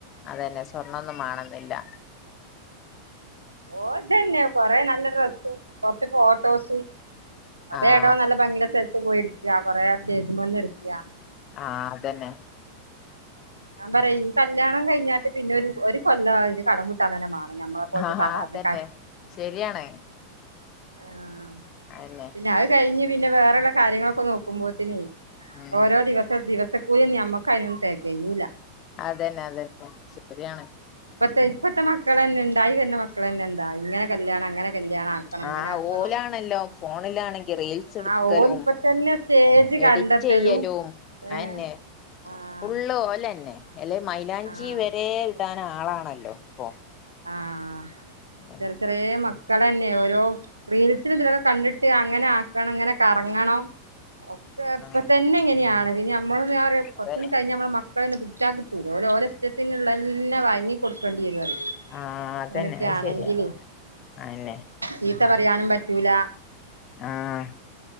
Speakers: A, on the left; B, on the right.
A: അതേന്നെ സ്വർണ്ണൊന്നും മാണോന്നില്ല.
B: ഓഹ്, ഇതെന്നെ കൊറെ നല്ല ഡ്രസ്സ്‌ കൊറച്ച് ഫോട്ടോസ് അതേ
A: ആഹ്
B: എവിടോ നല്ല ഭംഗിള്ള സ്ഥലത്ത് പോയി എടുക്ക. കൊറെ സ്റ്റേജ്മേന്ന് എടുക്ക.
A: ആഹ് അതെന്നെ.
B: ഞാൻ പറയ് ഈ കല്ല്യാണം കഴിഞ്ഞാട്ട് പിന്നെ ഒരു ഒരു കൊല്ലം ആവും ഈൻ്റെ കടം വീ ട്ടാൻ തന്നെ മാണം ഞമ്മളെ പോൽത്തെ
A: ആഹ്
B: സാധാരണക്കാര്
A: അതന്നെ ശരിയാണ്
B: ആഹ്
A: അതെന്നെ.
B: പിന്നെ അത് കഴിഞ്ഞ് പിന്നെ വേറെള്ള കാര്യങ്ങളൊക്കെ നോക്കുമ്പോത്തിനെ
A: ഉം
B: ഓരോ ദിവസ് <unintelligible> ദിവസക്കൂലി ഒന്നും നമ്മക്കയ്നൊന്നും തെകയൂല.
A: അതെന്നെ, അതെന്നെ. ശെരിയാണ്.
B: ഇപ്പത്തെ ഇപ്പത്തെ മക്കളെന്നെ ഇണ്ടായി വെര്ണ മക്കളെന്നെ എന്താ ഇങ്ങനെ കല്ല്യാണം അങ്ങനെ കല്യാണം ആക്കണം ഇങ്ങനെ
A: ആഹ്,
B: ആക്കണം
A: ഓലാണല്ലോ ഫോണിലാണെങ്കി റീൽസ്ട്ക്കലും
B: ആഹ് ഓലിപ്പ തന്നെ സ്റ്റേജ് കണ്ടെത്തലും
A: എഡിറ്റെയ്യലും അതന്നെ
B: ഏഹ് ആഹ്
A: ഫുള്ള് ഓലെന്നെ. അല്ലെ മൈലാഞ്ചി
B: ആഹ്
A: വരെ ഇടാനാളാണല്ലോ ഇപ്പൊ
B: ആഹ്,
A: അതന്നെ
B: ചെറിയ ചെറിയ മക്കളല്ലെ ഓരോ റിലീസിന് ഇതിലൊക്കെ കണ്ടി ട്ട് അങ്ങനെ ആക്കണം ഇങ്ങനെ കറങ്ങണം ഒക്കെ ഇപ്പ
A: ആഹ്
B: തന്നെ ഇങ്ങനെയാണ് പിന്നെ ഞമ്മളൊന്ന് ആ <unintelligible>
A: അതന്നെ
B: കൊർചൊന്നും കയിഞ്ഞാ മ്മളെ മക്കളൊന്നും പിടിച്ചാകിട്ടൂല, ഓല് ഓലെ ഇഷ്ടത്തിനുള്ളന്ന വാങ്ങി കൊടുക്കണ്ടി വരുംഅറിയ
A: ആഹ് അതന്നെ
B: ങ്ങനെയൊക്കെയാണെങ്കിലെ
A: അത് ശരിയാ അയെന്നെ
B: ചീത്ത പറയാനും പറ്റൂല.
A: ആഹ്,